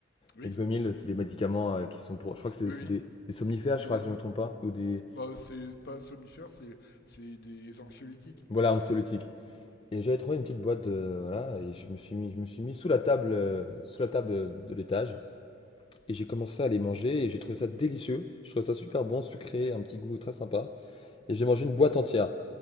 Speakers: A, on the left; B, on the left.
A: Oui,
B: Lexomil, c'est des médicaments euh, qui sont pour. Je crois que c'est
A: oui,
B: c'est
A: oui.
B: des, des somnifères,
A: C'est
B: je crois,
A: des.
B: si je me trompe pas, ou des.
A: bah, c'est pas somnifère, c'est c'est des anxiolytiques.
B: Voilà, anxiolytiques. Et j'avais trouvé une petite boîte, de- voilà, et je me suis mis, je me suis mis sous la table, euh, sous la table de l'étage. Et j'ai commencé à les manger et j'ai trouvé ça délicieux. Je trouvais ça super bon, sucré, un petit goût très sympa. Et j'ai mangé une boîte entière.